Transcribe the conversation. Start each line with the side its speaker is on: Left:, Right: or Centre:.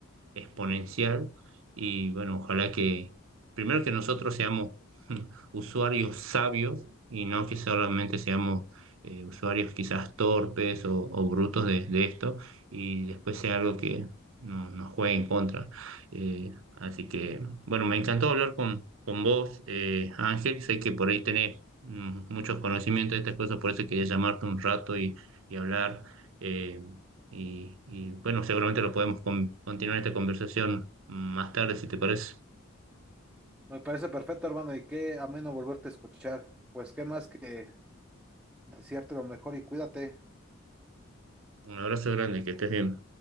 Right: exponencial y bueno, ojalá que primero que nosotros seamos usuarios sabios y no que solamente seamos eh, usuarios quizás torpes o, o brutos de, de esto y después sea algo que no- nos juegue en contra. Eh, así que, bueno, me encantó hablar con, con vos, eh, Ángel. Sé que por ahí tenés mm, muchos conocimientos de estas cosas, por eso quería llamarte un rato y, y hablar. eh, y, y, bueno, seguramente lo podemos con- continuar esta conversación mm, más tarde, si te parece.
Centre: Me parece perfecto, hermano, y qué ameno volverte a escuchar. Pues qué más que desearte lo mejor y cuídate.
Right: Un abrazo grande, que estés bien.